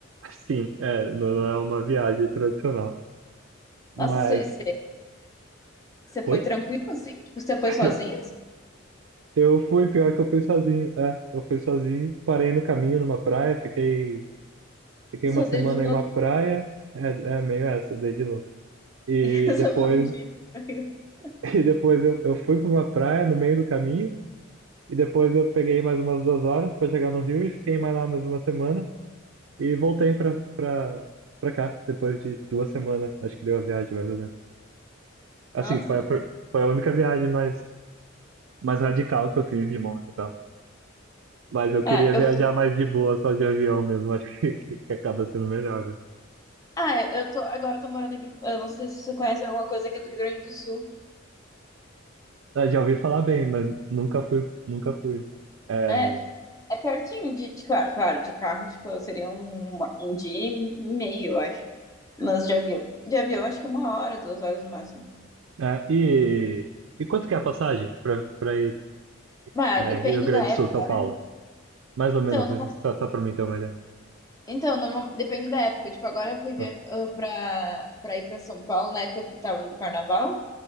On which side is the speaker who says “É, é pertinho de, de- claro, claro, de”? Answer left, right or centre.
Left